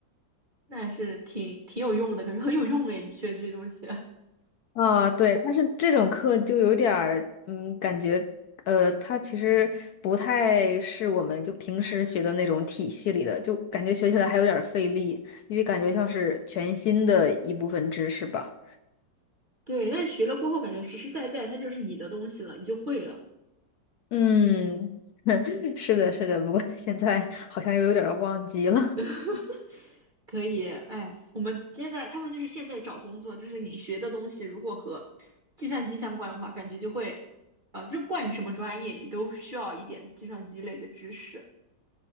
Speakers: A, on the right; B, on the left.
A: 那还是挺挺有用的，感觉很有用哎，你学的这些东西。
B: 啊，对，但是这种课就有点儿，嗯，感觉，呃，它其实不太是我们就平时学的那种体系里的，就感觉学起来还有点儿费力，因为感觉像是全新的一部分知识吧。
A: <laughs> 对，但是学了过后，感觉实实在在它就是你的东西了，你就会了。
B: 嗯，<laughs> 是的，是的，不过现在好像又有点儿忘记了。
A: <laughs> 可以，哎，我们现在他们就是现在找工作，就是你学的东西如果和计算机相关的话，感觉就会，呃，就不管你什么专业，你都需要一点计算机类的知识。